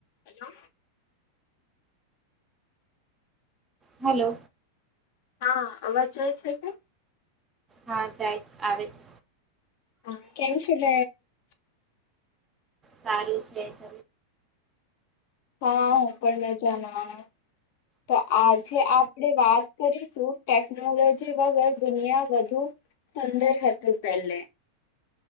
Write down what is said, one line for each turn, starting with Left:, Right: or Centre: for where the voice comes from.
Left: Hello
Right: hello
Left: હા આવાજ જાય છે, કે
Right: હા જાય આવે છે.
Left: હા કેમશડ
Right: સારુ છે, સ
Left: હા હું પણ મજામાં તો આજે આપડે વાત કરીશુ ટેકનોલોજી વગર દુનિયા વધુ સુંદર હતુ, પહેલે